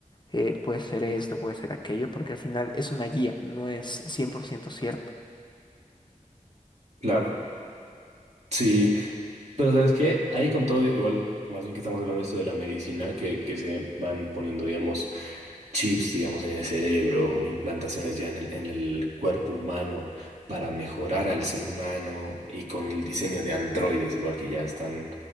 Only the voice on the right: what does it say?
Claro. Sí. Pero ¿sabes qué? Ahí con todo, igual, más bien que estamos hablando de esto de la medicina, que, que se van poniendo, digamos, chips, digamos, en el cerebro o implantaciones ya en el, en el cuerpo humano para mejorar al ser humano y con el diseño de androides, igual que ya están